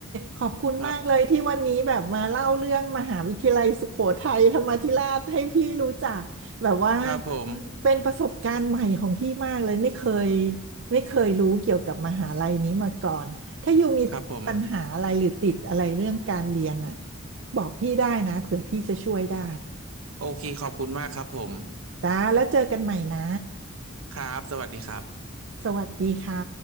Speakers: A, on the right (about 60°); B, on the right (about 80°).
A: ขอบคุณมากเลยที่วันนี้แบบมาเล่าเรื่องมหาวิทยาลัยสุโขทัยธรรมาธิราชให้พี่รู้จักแบบว่า
B: <laughs> ครับครับผม
A: เป็นประสบการณ์ใหม่ของพี่มากเลยไม่เคยไม่เคยรู้เกี่ยวกับมหาลัยนี้มาก่อนถ้าอยู่มีปัญหาอะไรหรือติดอะไรเรื่องการเรียนอ่ะ
B: ครับผม
A: บอกพี่ได้นะเผื่อพี่จะช่วยได้
B: โอเคขอบคุณมากครับผม
A: นะแล้วเจอกันใหม่นะ
B: ครับสวัสดีครับ
A: สวัสดีค่ะ